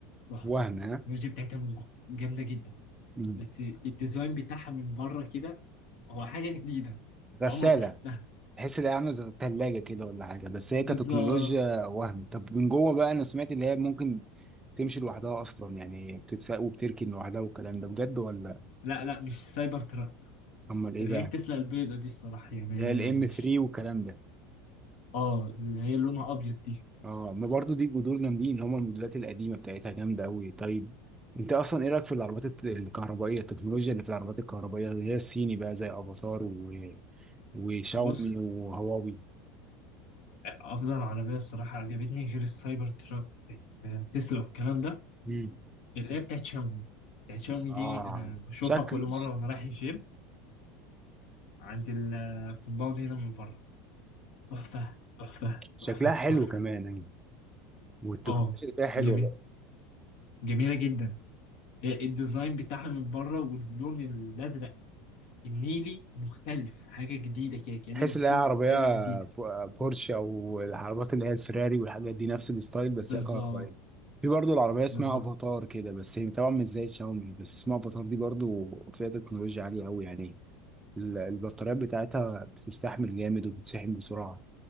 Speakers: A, on the left; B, on the right.
A: تحفه
B: وهم ها؟
A: الميوزي بتاعتها من جوه جامده جدا
B: مم.
A: بس الديزاين بتاعها من بره كده هو حاجه جديده أنت
B: غساله
A: عمرك ما شفتها
B: تحس ان هي عامله زي الثلاجه كده ولا حاجه بس هي
A: بالظبط
B: كتكنولوجيا وهم طب من جوه بقى انا سمعت ان هي ممكن تمشي لوحدها اصلا يعني بتتساق وبتركن لوحدها والكلام ده بجد ولا
A: لا لا مش سايبر تراك
B: امال ايه
A: اللي
B: بقى
A: هي تسلا البيضه دي الصراحه يعني
B: اللي
A: انا
B: هي الام
A: مش
B: 3 والكلام ده
A: اه اللي هي لونها ابيض دي
B: اه ما برضو دي جذور جامدين اللي هم الموديلات القديمه بتاعتها جامده قوي طيب انت اصلا ايه رايك في العربيات الت- الكهربائيه التكنولوجيا اللي في العربيات الكهربائيه اللي هي الصيني بقى زي افاتار و... وشاومي
A: بص
B: وهواوي
A: افضل عربيه الصراحه عجبتني غير السايبر تراك بتاعت تسلا والكلام ده
B: مم.
A: اللي هي بتاعت شاومي بتاعت شاومي
B: اه
A: دي انا بشوفها
B: شكل
A: كل مره وانا رايح الجيم عند الكومباوند هنا من بره تحفة تحفة
B: شكلها
A: تحفة
B: حلو
A: تحفة
B: كمان يعني والتكنولوجيا
A: اه
B: اللي فيها حلوه
A: جميل
B: بقى
A: جميلة جدا الديزاين بتاعها من بره واللون الأزرق النيلي مختلف حاجة جديدة كده كأنك
B: تحس
A: بتشوف
B: ان هي عربيه
A: حاجة جديدة
B: ب- بورشه او العربيات اللي هي الفيراري والحاجات دي نفس الستايل بس
A: بالظبط
B: هي كهربائيه في برضه العربيه اسمها
A: بالظبط
B: افاتار كده بس هي طبعا مش زي شاومي بس اسمها افاتار دي برضه فيها تكنولوجيا عاليه قوي يعني ال- البطاريات بتاعتها بتستحمل جامد وبتشحن بسرعه